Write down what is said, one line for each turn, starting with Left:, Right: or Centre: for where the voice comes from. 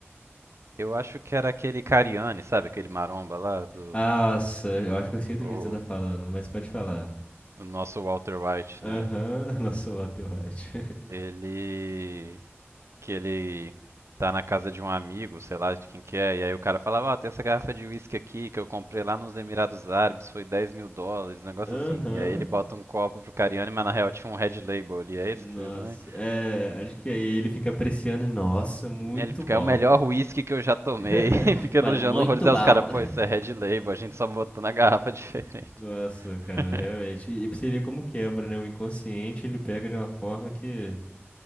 Right: Eu acho que era aquele Cariani, sabe? Aquele maromba lá do...
Left: Nossa, eu acho que eu sei do
Right: O,
Left: vídeo que você tá falando, mas pode falar.
Right: do nosso Walter White,
Left: Aham,
Right: né?
Left: <laughs> nossa, o Walter White.
Right: Ele... que ele tá na casa de um amigo, sei lá de quem que é, e aí o cara falava, ó, tem essa garrafa de uísque aqui que eu comprei lá nos Emirados Árabes, foi 10 mil dólares, um negócio
Left: <laughs> Aham,
Right: assim. E aí ele bota um copo pro Cariani, mas na real tinha um Red Label ali, é esse
Left: nossa,
Right: que você viu também?
Left: é, acho que aí ele fica apreciando, e, nossa, muito
Right: E ele fica,
Left: bom.
Right: é o melhor uísque que eu já tomei,
Left: <laughs>
Right: <laughs> e fica
Left: Fala,
Right: elogiando
Left: muito
Right: horrores. Aí
Left: bom.
Right: os caras, pô, isso é Red Label, a gente só botou na garrafa diferente.
Left: Nossa, cara,
Right: <laughs>
Left: realmente, e pra você ver como quebra, né? O inconsciente, ele pega de uma forma que...